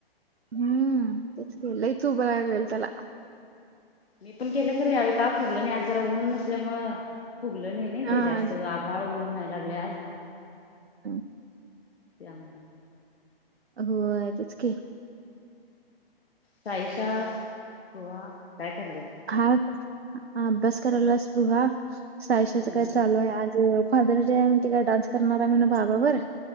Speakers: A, on the right; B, on the left.
A: हम्म तेच केलय त उ बर लागलेल तला
B: मी पण केलं खरी यावेळी का फुगलं नाही आज जरा ऊन नसल्यामुळं फगलं नाही नाही
A: हां,
B: ते जास्त आभाळ ऊन व्हायला लागल्यास
A: हा
B: त्यामुलं
A: हो आहे तेच के
B: साईशा खुहा काय करलेत
A: हा अभ्यास करायलाच प्रुहा साईश्याचं
B: हम्म
A: काय
B: हम्म
A: चालू आहे आज फादरस डे आहे म्ह म त का डान्स करणार आहे म्हण ना भाबाबर